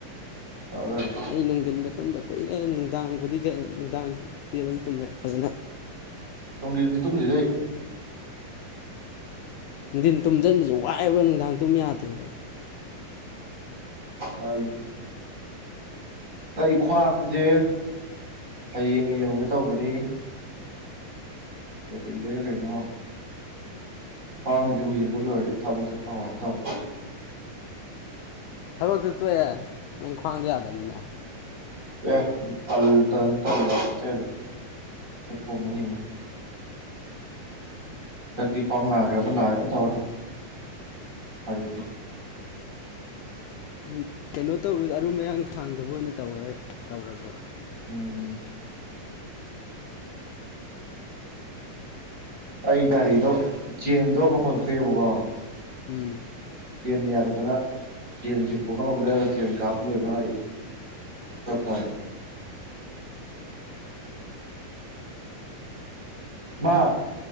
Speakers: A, on the right; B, on the left.
A: ꯇꯧꯔ ꯂꯩꯔꯦ
B: ꯑꯩ ꯅꯨꯡꯊꯤꯟꯒ ꯇꯝꯗ ꯀꯨꯏꯔꯦ ꯅꯨꯡꯗꯥꯡꯕꯨꯗꯤ ꯅꯨꯡꯗꯥꯡꯗꯤ ꯑꯗꯨꯝ ꯇꯨꯝꯃꯦ ꯐꯖꯅ
A: ꯗꯤꯗꯤ ꯊꯨꯝꯗꯤꯗ
B: ꯅꯨꯡꯊꯤꯟ ꯇꯨꯝꯁꯤꯟꯕꯁꯦ ꯋꯥꯏꯑꯦꯕ ꯅꯨꯡꯗꯥꯡ ꯇꯨꯝ ꯌꯥꯗꯦꯕ ꯑꯩ
A: ꯎꯝꯂ ꯑꯩ ꯈ꯭ꯋꯥꯡꯁꯦ ꯍꯌꯦꯡ ꯌꯦꯡꯉꯨꯒꯦ ꯇꯧꯕꯅꯤ ꯍꯌꯦꯡꯗꯗ ꯀꯩꯅꯣ ꯈ꯭ꯋꯥꯡꯁꯦꯕꯨ ꯌꯦꯡꯕ ꯂꯣꯏꯔꯗꯤ ꯊꯕꯛ ꯆꯠꯄ ꯍꯧꯔꯒ ꯇꯧꯕꯅꯤ
B: ꯊꯕꯛꯇꯨ ꯇꯣꯛꯑꯦ ꯅꯪ ꯈ꯭ꯋꯥꯡꯗꯣ ꯌꯥꯗꯕꯅꯤꯅ
A: ꯇ ꯇꯜ ꯇ ꯇꯜꯂ ꯇ ꯑꯗꯨ ꯄꯣꯕ ꯌꯦꯡꯒꯅꯤ ꯍꯟꯗꯛꯇꯤ ꯈ꯭ꯋꯥꯡ ꯅꯥꯒꯦ ꯑꯃ ꯅꯥꯒꯦꯥ ꯑꯃ ꯇꯧꯅ ꯐꯔꯤ
B: ꯎꯝ ꯀꯩꯅꯣ ꯇꯧꯔ ꯃꯔꯨ ꯃꯌꯥꯡ ꯊꯥꯡꯗꯕ ꯑꯣꯏꯅ ꯇꯧꯋꯦ ꯇꯧꯔꯁꯨ
A: ꯎꯝ ꯑꯩ ꯒꯥꯔꯤꯗꯣ ꯆꯦꯟꯗꯣ ꯑꯃꯀꯣꯟ ꯊꯣꯛꯑꯦꯕꯀꯣ
B: ꯎꯝ
A: ꯆꯅꯤ ꯌꯥꯔꯗꯅ ꯆꯅꯤꯁꯤꯡ ꯄꯨꯅꯃ ꯃ ꯆꯟ ꯀꯄꯂꯨ ꯑꯗꯨ ꯃꯥꯔꯤ ꯀꯄꯥꯔꯦ ꯃꯥ